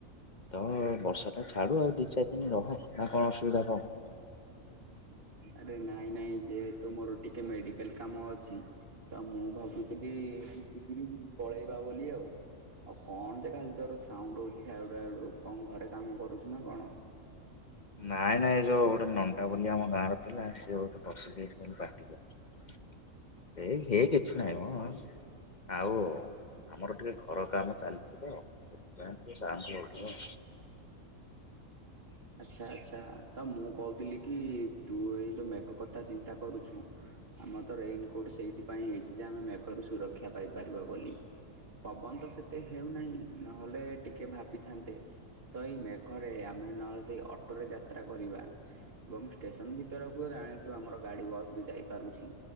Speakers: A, on the left (about 40°); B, on the right (about 45°).
A: ତ ବର୍ଷାଟା ଛାଡୁ ଆଉ ଦି ଚାରି ଦିନରହ ନା କଣ ଅସୁବିଧା କଣ?
B: ଆରେ ନାଇଁ ନାଇଁ ଯେହେତୁ ମୋରଟିକେ ମେଡିକାଲ କାମଅଛି। ତ ମୁଁ ଭାବୁଥିଲି <unintelligible> ପଳେଇବା ବୋଲି ଆଉ ଆଉ କଣଟେ ଖାଲି ତୋର ସାଉଣ୍ଡ ହଉଚି ଧାଡୁ ଧାଡୁ କଣ ଘରେ କାମ କରୁଛୁ ନା କଣ?
A: ନାଇଁ ନାଇଁ ଯୋଉ ଗୋଟେ ନଣ୍ଡା ବୋଲି ଆମ ଗାଁର ପିଲା ସିଏ ଭୋଉତ ବସିକି ଖାଲି ପାଟି କରୁଚି। ଏ ହେ କିଛି ନାଇଁମ। ଆଉ ଆମର ଟିକେ ଘରକାମ ଚାଲିଚିତ ଯାହେଲେ ଟିକିଏ ସାଉଣ୍ଡୁ ହଉଥିବ।
B: ଆଚ୍ଛା ଆଚ୍ଛା ତ ମୁଁ କହୁଥିଲିକି ତୁ ଏଇ ଯୋଉ ମେଘ କଥା ଚିନ୍ତା କରୁଛୁ ଆମରତ ରେନିକୋଟ ସେଇଥିପାଇଁ ହେଇଚିଯେ ଆମେ ମେଘରୁ ସୁରକ୍ଷା ପାଇପାରିବା ବୋଲି। ପବନତ ସେତେ ହେଉନାହିଁ ନହେଲେ ଟିକେ ଭାବିଥାନ୍ତେ ତ ଏଇ ମେ ଘରେ ଆମେ ନହେଲେ ସେଇ ଅଟୋରେ ଯାତ୍ରା କରିବା। ଏବଂ ଷ୍ଟେସନ ଭିତରକୁ ଜାଣିଚୁ ଆମର ଗାଡି ବସବି ଯାଇପାରୁଛି।